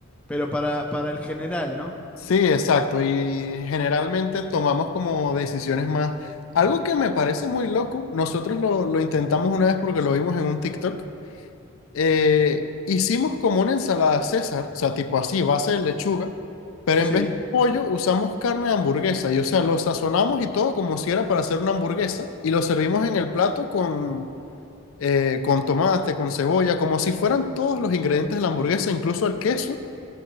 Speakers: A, in the centre; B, on the left.
A: Pero para, para el general, ¿no?
B: Sí, exacto. Y generalmente tomamos como decisiones más. Algo que me parece muy loco, nosotros lo, lo intentamos una vez porque lo vimos en un TikTok. eh, hicimos como una ensalada César, o sea, tipo así, base de lechuga, pero
A: Sí,
B: en vez de pollo usamos carne de hamburguesa. Y o sea, lo sazonamos y todo como si era para hacer una hamburguesa y lo servimos en el plato con, eh, con tomate, con cebolla, como si fueran todos los ingredientes de la hamburguesa, incluso el queso